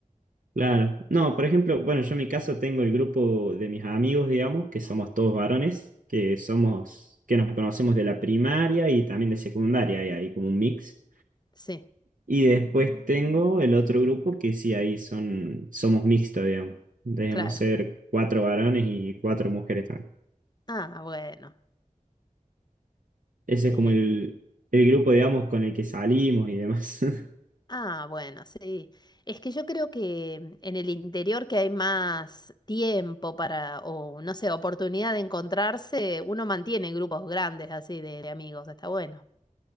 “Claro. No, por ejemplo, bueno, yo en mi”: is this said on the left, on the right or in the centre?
Right